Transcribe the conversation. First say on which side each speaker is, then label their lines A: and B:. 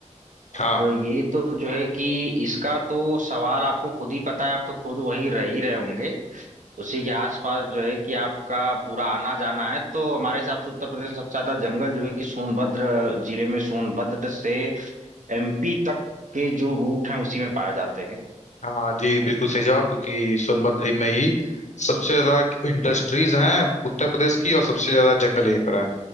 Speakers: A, on the right; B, on the left.
A: अब
B: हाँ
A: ये तो जो है कि इसका तो सवाल आपको खुद ही पता है आप तो खुद वहीं रह ही रहे होंगे उसी के आसपास जो है कि आपका पूरा आना जाना है तो हमारे हिसाब से उत्तर प्रदेश में सबसे ज्यादा जंगल जो है कि सोनभद्र जिले में सोनभद्र से एमपी तक के जो रूट हैं उसी में पाए जाते हैं
B: हाँ जी बिल्कुल सही जवाब क्योंकि सोनभद्र में ही सबसे ज्यादा इंडस्ट्रीज हैं उत्तर प्रदेश की और सबसे ज्यादा जंगल यहीं पर है